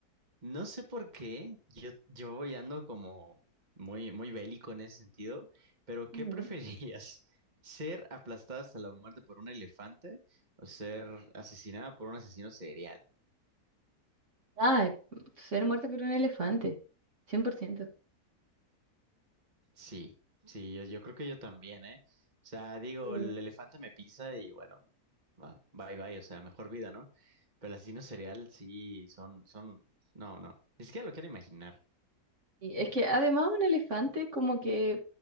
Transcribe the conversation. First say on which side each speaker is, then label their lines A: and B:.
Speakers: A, on the right; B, on the right.
A: No sé por qué, yo, yo voy ando como muy, muy bélico en ese sentido, pero
B: Ujú.
A: ¿qué <laughs> preferirías? ¿Ser aplastada hasta la muerte por un elefante o ser asesinada por un asesino serial?
B: Ah, ser muerto por un elefante, cien por ciento
A: Sí, sí, yo, yo creo que yo también, ¿eh? O sea, digo,
B: Sí.
A: el elefante me pisa y bueno, va, bye bye, o sea, mejor vida, ¿no? Pero el asesino serial sí, son, son, no, no, ni siquiera lo quiero imaginar.
B: Y es que además un elefante como que